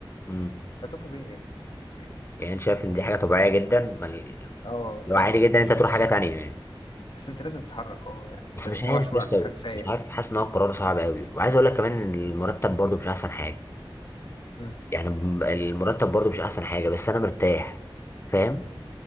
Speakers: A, on the left; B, on the left.
A: امم
B: فده طبيعي يعني طبيعي
A: يعني انت شايف ان دي حاجه طبيعيه جدا ما ال-
B: اه
A: اللي
B: اه
A: هو عادي
B: طبعا
A: جدا انت تروح حاجه تانية يعني
B: بس انت لازم تتحرك اه يعني انت
A: بس مش
B: سبع
A: عارف
B: شهور
A: يا اسطى
B: على فكره كفايه
A: مش عارف حاسس ان هو قرار صعب قوي وعايز اقول لك كمان ان المرتب برضه مش احسن حاجه
B: مم.
A: يعني م- المرتب برضه مش احسن حاجه بس انا مرتاح فاهم